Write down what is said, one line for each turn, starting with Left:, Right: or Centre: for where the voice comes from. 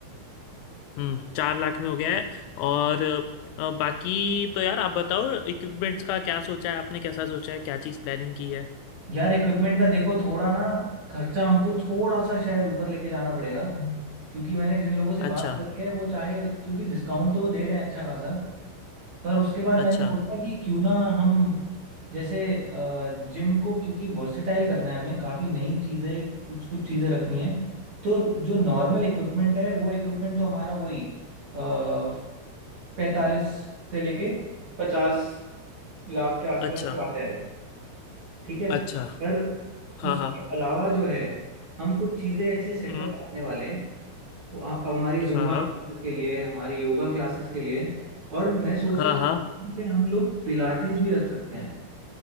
Left: हम्म चार लाख में हो गया है और अ, बाकी तो यार आप बताओ इक्विपमेंट्स का क्या सोचा है आपने कैसा सोचा है क्या चीज़ प्लानिंग की है
Right: यार इक्विपमेंट का देखो थोड़ा ना खर्चा हमको थोड़ा सा शायद ऊपर लेके जाना पड़ेगा हम्म। क्योंकि मैंने जिन लोगों से
Left: अच्छा
Right: बात करी है वो चाहे क्योंकि डिस्काउंट तो वो दे रहे हैं अच्छा खासा पर उसके बाद
Left: अच्छा
Right: मैंने सोचा कि क्यों ना हम जैसे जिम को क्योंकि वर्सेटाइल करना है हमें काफ़ी नई चीज़ें कुछ कुछ चीज़ें रखनी है तो जो नॉर्मल इक्विपमेंट है वो इक्विपमेंट तो हमारा वही पैंतालीस से लेके पचास लाख के आसपास
Left: अच्छा
Right: तक आ जाएगा ठीक है
Left: अच्छा
Right: पर
Left: हाँ
Right: उसके
Left: हाँ
Right: अलावा जो है हम कुछ चीज़ें ऐसे सेटअप
Left: हम्म
Right: बनाने वाले हैं वो ह- हमारी जुम्बा
Left: हाँ
Right: क्लासेस के लिए हमारी योगा क्लासेस के लिए और मैं सोच
Left: हाँ
Right: रहा था
Left: हाँ हाँ।
Right: कहीं पे हम लोग पिलाटीज भी रख सकते हैं